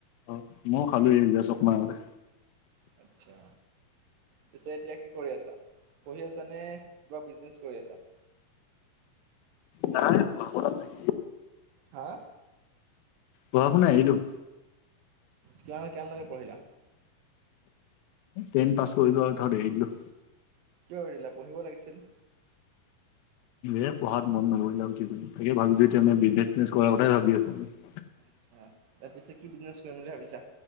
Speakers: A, on the left; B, on the right.
A: অ' ময়ো খালো, এই যে চকমাতে
B: আচ্ছা। পিছে এতিয়া কি কৰি আছা, পঢ়ি আছা নে কিবা বিজনেছ কৰি আছা?
A: নাই পোৱা নাই।
B: হা?
A: পঢ়া শুনা এৰিলো।
B: কিমান লৈকে পঢ়িলা?
A: টেন পাছ কৰিলো, আৰু তাত এৰি দিলো।
B: কিয় এৰিলা পঢ়িব লাগিছিল।
A: এ পঢ়াত মন নবহিল আৰু তাকে ভাবিছো বিজনেজ- চিজনেছ কৰাৰ কথাই ভাবি আছো আৰু।
B: আচ্ছা তাৰ পিছে কি বিজনেছ কৰিম বুলি ভাবিছা?